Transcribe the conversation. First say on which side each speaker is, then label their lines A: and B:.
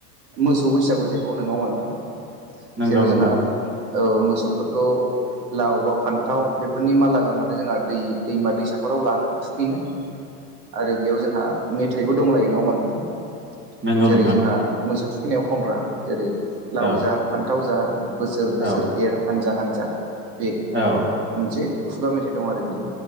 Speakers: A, on the right; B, on the right.
A: मोसौ बैसागु जेखौ होनो मावा नोंथां
B: नंगौ
A: जेराव
B: नंगौ नोंथां
A: जोंहा
B: औ
A: औ मोसौफोरखौ लाव बा फान्थाव बेफोरनि माला गाननानै जोंहा दै दैमा दैसाफोराव लाङो थुखैनो आरो बेयाव जोंहा मेथाइबो दंलायो ना होमा नोंथां
B: नंगौ
A: जेरै
B: नोंथां
A: जोंहा मोसौ थुखैनायाव खनग्रा जेरै लाव
B: औ
A: जा फान्थाव जा बोसोर बोसोर
B: औ
A: एर हानजा हान्जा बे
B: औ
A: मोनसे खुगा मेथाइ दं आरो बियो